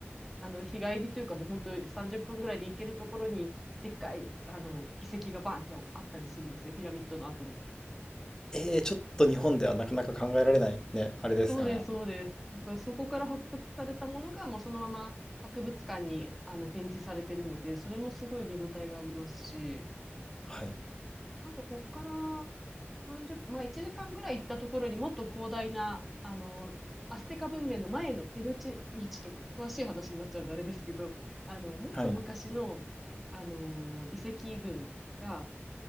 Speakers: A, in the centre; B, on the left.
A: あの、日帰りというかもう本当30分ぐらいで行けるところに、でっかい、あの、遺跡がバーンってあったりするんですね。ピラミッドの跡みたいな。
B: えー、ちょっと日本ではなかなか考えられないね、あれですよね。
A: そうです、そうです。なんかそこから発掘されたものがもうそのまま博物館にあの展示されてるので、それもすごい見応えがありますし、
B: はい。
A: あとこっから30まあ1時間ぐらい行ったところにもっと広大な、あの、アステカ文明の前の手抜ちもうちょっと詳しい話になっちゃうんであれですけど、あの、もっと昔の、
B: はい。
A: あの、遺跡群が、